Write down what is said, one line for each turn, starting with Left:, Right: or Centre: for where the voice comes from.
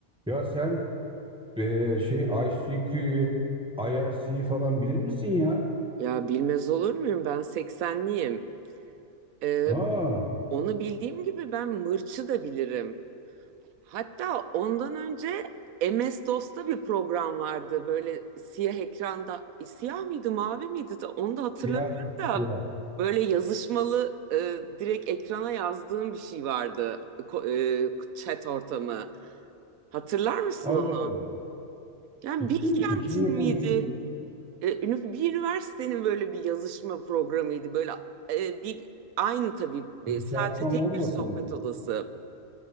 Centre: Ya sen eee, şey I C Q'yu, I R IRC'yi falan bilir misin ya?
Right: Ya bilmez olur muyum? Ben seksenliyim. Ee,
Centre: Aa,
Right: onu bildiğim gibi ben mırçı da bilirim. Hatta ondan önce MS-DOS'ta bir program vardı. Böyle siyah ekranda. E, siyah mıydı, mavi miydi? de Onu da hatırlamıyorum
Centre: ya,
Right: da.
Centre: ya.
Right: Böyle yazışmalı e, direkt ekrana yazdığım bir şey vardı. Ko- e, chat ortamı. Hatırlar mısın
Centre: Allah
Right: onu?
Centre: Allah.
Right: Yani
Centre: Ciddi
Right: Bilkent'in
Centre: misin? Kimle konuşuyorsun?
Right: miydi? E, ünif- bir üniversitenin böyle bir yazışma programıydı. Böyle e, bir aynı tabii e,
Centre: Intercom
Right: sadece tek
Centre: olmasın
Right: bir sohbet
Centre: mı?
Right: odası